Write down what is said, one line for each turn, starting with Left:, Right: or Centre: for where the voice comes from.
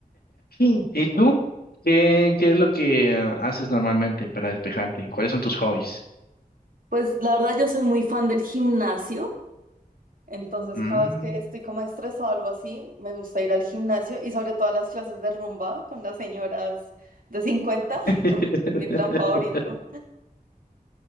Left: Mm. ¿Y
Right: Ujú.
Left: tú? ¿Qué, qué es lo que ah, haces normalmente para despejarte? ¿Cuáles son tus hobbies?
Right: Pues la verdad yo soy muy fan del gimnasio. Entonces,
Left: Mm.
Right: cada vez que estoy como estresado o algo así, me gusta ir al gimnasio y sobre todo a las clases de rumba con las señoras de 50. <laughs>
Left: <laughs>
Right: Es mi plan favorito.